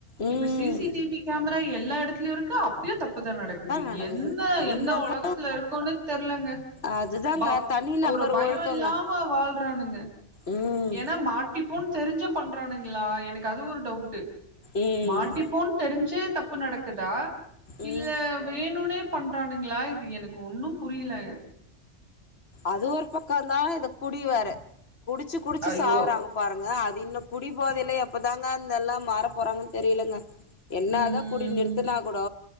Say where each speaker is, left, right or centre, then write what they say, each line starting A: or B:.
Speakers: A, on the left; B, on the right.
A: ம்
B: இப்ப சிசிடிவி கேமரா கேமரா எல்லா இடத்லியு இருக்கு அப்பியும் தப்பு தப்புதா நடக்குது
A: நடக்குது
B: என்ன
A: என்னதா
B: எந்த உலகத்துல இருக்கோன்னு தெர்லங்க
A: அதுதாங்க
B: ப
A: தனி நபர்
B: ஒரு பயம்
A: ஒழுக்கங்க
B: இல்லாம வாழ்றானுங்க
A: ம்
B: ஏனா மாட்டிப்போனு தெரிஞ்ச பண்றானுங்ளா எனக்கு அது ஒரு டவுட்டு
A: ம்
B: மாட்டிப்போன் தெரிஞ்சே தப்பு நடக்குதா,
A: ம்
B: இல்ல வேணுனே பண்றானுங்ளா இது எனக்கு ஒன்னு புரில
A: அது ஒரு பக்கந்தா இத குடி வேற குடிச்சு குடிச்சு
B: ஐயோ
A: சாவறாங்க பாருங்க அது இன்னு குடி போதைல எப்பதாங்க அந்தெல்லா மாறப் போறாங்கனு தெரிலங்க என்னாதா
B: ம்
A: குடி நிறுத்தனா கூட